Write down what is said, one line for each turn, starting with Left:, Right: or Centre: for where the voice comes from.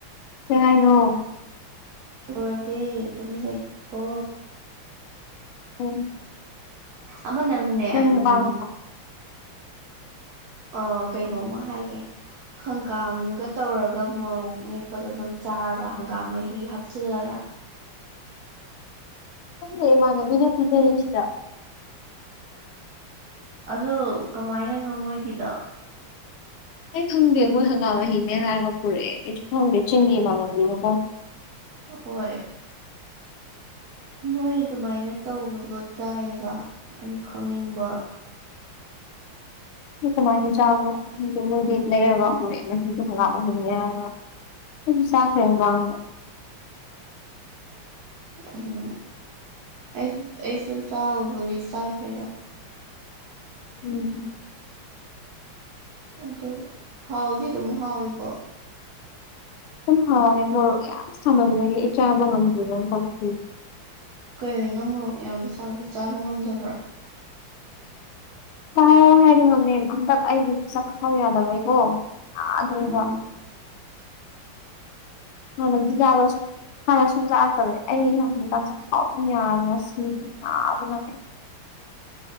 Left: ꯀꯩ ꯍꯥꯏꯅꯣ
Right: ꯇꯧꯔꯒꯦ ꯇꯨꯃꯤꯟ ꯂꯩꯗꯨꯕꯨ
Left: <unintelligible>
Right: ꯑꯃ ꯅꯪꯅꯦ
Left: ꯅꯪ ꯅꯨꯄꯥꯒ
Right: ꯎꯝ ꯑ ꯀꯩꯅꯣꯝꯃ ꯍꯥꯏꯒꯦ ꯍꯪꯒꯥꯝꯒ ꯇꯧꯔꯒ ꯑꯗꯨꯒ ꯃꯣꯔꯣꯛ ꯃꯦꯠꯄꯗꯣ ꯑꯗꯨꯝ ꯆꯥꯔꯕ ꯍꯪꯒꯥꯝ ꯃꯍꯤ ꯍꯥꯞꯆꯤꯜꯂꯒ
Left: ꯈꯪꯗꯦ ꯏꯃꯥꯟꯅꯕꯤꯅ ꯄꯤꯖꯩ ꯁꯤꯗ
Right: ꯑꯗꯨ ꯀꯃꯥꯏꯅꯅꯣ ꯃꯣꯏꯒꯤꯗꯣ
Left: ꯑꯩ ꯈꯪꯗꯦ ꯃꯣꯏ ꯍꯪꯒꯥꯝ ꯃꯍꯤꯅꯦ ꯍꯥꯏꯔꯒ ꯄꯨꯔꯛꯑꯦ ꯑꯩꯁꯨ ꯈꯪꯗꯦ ꯆꯤꯡꯒꯤ ꯃꯥꯡꯒꯜꯒꯤꯅꯀꯣ
Right: ꯍꯣꯏ ꯃꯣꯏ ꯑꯗꯨꯃꯥꯏꯅ ꯇꯧꯕꯗꯨꯕꯨ ꯆꯥꯏꯑꯦꯕ ꯑꯩ ꯈꯪꯅꯤꯡꯕ
Left: ꯀꯃꯥꯏ ꯆꯕꯍꯤ <unintelligible> ꯁꯥꯈꯔꯦ ꯃꯃꯥꯡꯗ
Right: ꯎꯝ ꯑꯩ ꯑꯩꯁꯨ ꯆꯥꯕꯨꯗꯤ ꯆꯥꯈ꯭ꯔꯦꯗ
Left: ꯎꯝ
Right: ꯑꯗꯨ ꯍꯥꯎꯗꯤ ꯑꯗꯨꯝ ꯍꯥꯎꯋꯀꯣ
Left: ꯁꯨꯝ ꯍꯥꯎꯋꯦ ꯃꯣꯔꯣꯛ ꯌꯥꯝ ꯁꯥꯃꯕꯒꯤ ꯑꯩ ꯆꯥꯕ ꯉꯝꯗꯦ ꯅꯪ ꯇꯧꯈꯤ
Right: ꯀꯔꯤꯅꯣ ꯃꯣꯔꯣꯛ ꯌꯥꯝ ꯁꯥꯕ ꯆꯥꯕ ꯉꯝꯗꯕ꯭ꯔꯥ
Left: ꯆꯥꯎꯑꯣ ꯍꯥꯏꯗꯤ ꯉꯝꯃꯦ ꯍꯟꯗꯛ ꯑꯩꯗꯣ ꯆꯥꯛꯈꯥꯎꯕ ꯌꯥꯗꯕꯩꯀꯣ꯫ ꯑꯗꯨ꯭ꯔꯕ
Right: ꯎꯝ
Left: ꯍꯅꯗꯤꯕꯁꯨ <unintelligible> ꯍꯥꯟꯅ ꯁꯨꯝ ꯆꯥꯔꯛꯇꯕ ꯑꯩ ꯍꯧꯖꯤꯀꯥꯟ ꯆꯥꯛꯈꯥꯎ ꯑꯗꯨꯝ ꯌꯥꯗꯔꯦ ꯅꯥꯕꯅ ꯑꯩ